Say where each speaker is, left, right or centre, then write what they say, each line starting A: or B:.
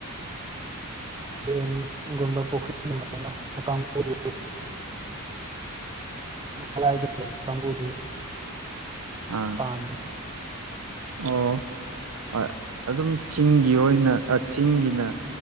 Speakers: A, on the right; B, on the right.
A: ꯗ꯭ꯔꯦꯟ ꯒꯨꯝꯕ ꯄꯨꯈ꯭ꯔꯤꯒꯨꯝꯕ ꯀꯪꯒꯨꯗꯤ__ ꯑꯗꯥꯏꯗ ꯂꯩꯕ ꯀꯪꯒꯨꯗꯤ꯫
B: ꯑꯥ꯫
A: ꯄꯥꯝꯗꯦ꯫
B: ꯑꯣ ꯍꯣꯏ ꯑꯗꯨꯝ ꯆꯤꯡꯒꯤ ꯑꯣꯏꯅ ꯆꯤꯡꯒꯤꯅ__